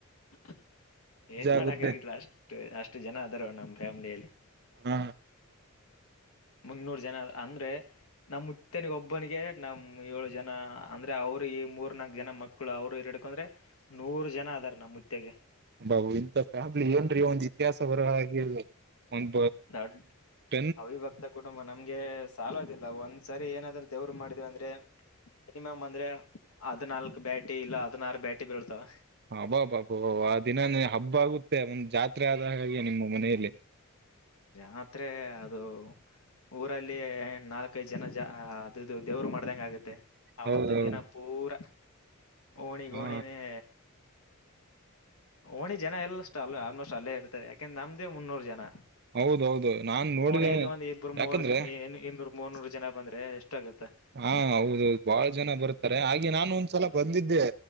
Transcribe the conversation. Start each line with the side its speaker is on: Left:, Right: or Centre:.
Left: <inaudible> ಏನ್ ಮಾಡಕ್ಗತ್ಲ
Right: ಆಗುತ್ತೆ
Left: ಅಷ್ಟು ಅಷ್ಟು ಜನ ಅದಾರ ನಮ್ ಫ್ಯಾಮಿಲಿಯಲ್ಲಿ
Right: ಹ
Left: ಮುನ್ನೂರು ಜನ ಅಂದ್ರೆ ನಮ್ಮುತ್ತನಿಗೆ ಒಬ್ಬನಿಗೆ ನಮ್ ಏಳು ಜನ ಅಂದ್ರೆ ಅವ ಅವರು ಈ ಮೂರ್ ನಾಕ್ ಜನ ಮಕ್ಕಳು ಅವ್ರು ಎರ್ಡ್ಕಂದ್ರೆ ನೂರು ಜನ ಅದಾರ ನಮ್ಮ ಮುತ್ತೆಗೆ
Right: ಹಬ ಇಂತ ಫ್ಯಾಮಿಲಿ ಏನ್ರೀ ಒಂದ್ ಇತಿಹಾಸ ಬರ ಹಾಗೆ ರಿ <unintelligible>
Left: ದೊಡ್ಡ
Right: ಹ್ಮ್
Left: ಅವಿಭಕ್ತ ಕುಟುಂಬ ನಮ್ಗೆ ಸಾಲದಿಲ್ಲ ಒಂದ್ಸರಿ ಏನಾದ್ರೂ ದೇವ್ರು ಮಾಡಿದೇವಿ ಅಂದ್ರೆ ಮಿನಿಮಮ್ ಅಂದ್ರೆ ಹದಿನಾಲ್ಕು ಬ್ಯಾಟಿ ಇಲ್ಲ ಹದಿನಾರು ಬ್ಯಾಟಿ ಬೀಳ್ತಾವ
Right: ಹಬ್ಬಾಬಬಬಬ ದಿನಾನೆ ಹಬ್ಬ ಆಗುತ್ತೆ ಒಂದ್ ಜಾತ್ರೆ ಆದ ಹಾಗೆ ನಿಮ್ಮ ಮನೆಯಲ್ಲಿ
Left: ಜಾತ್ರೆ ಅದು ಊರಲ್ಲಿ ನಾಲ್ಕೈದು ಜನ ಜ ಅದುದು ದೇವ್ರ ಮಾಡ್ದಂಗ ಆಗುತ್ತೆ ಆವತ್ತಿನ
Right: ಹೌದೌದು
Left: ದಿನ ಪೂರಾ ಓಣಿಗೋಣಿನೆೇ
Right: ಹಾ
Left: ಓಣಿ ಜನ ಎಲ್ಲ ಅಷ್ಟ ಅಲ್ಲ ಆಲ್ಮೋಸ್ಟ್ ಅಲ್ಲೇ ಇರ್ತಾರೆ ಯಾಕೆಂದ್ರೆ ನಮ್ದೇ ಮುನ್ನೂರು ಜನ
Right: ಹೌದೌದು ನಾನ್ ನೋಡಿದೆ
Left: ಓಣೆಯಲ್ಲಿ ಒಂದ್ ಇಬ್ಬರು
Right: ಯಾಕಂದ್ರೆ
Left: ಮೂರು ಜನ ಇನ್ನೂರು ಮೂರ್ನೂರು ಜನ ಬಂದ್ರೆ ಎಷ್ಟಾಗತ್ತೆ
Right: ಹಾ ಹೌದೌದು ಬಾಳ ಜನ ಬರ್ತಾರೆ ಹಾಗೆ ನಾನು ಒಂದ್ಸಲ ಬಂದಿದ್ದೆ